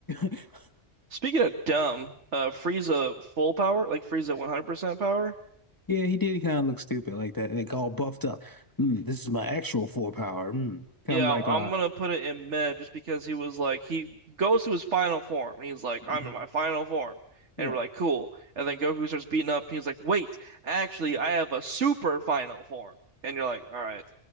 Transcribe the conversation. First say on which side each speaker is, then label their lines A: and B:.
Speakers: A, on the left; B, on the right.
A: <laughs>
B: Speaking of dumb, uh, Frieza full power, like Frieza 100% power.
A: Yeah, he did kind of look stupid like that, like all buffed up. Mm, this is my actual full power. Mm. Kind
B: Yeah,
A: of like
B: I'm
A: uh,
B: gonna put it in mid just because he was like he goes to his final form and he's like,
A: mm,
B: I'm in my final form.
A: yeah.
B: And we're like, cool. And then Goku starts beating up and he's like, wait, actually I have a super final form. And you're like, all right,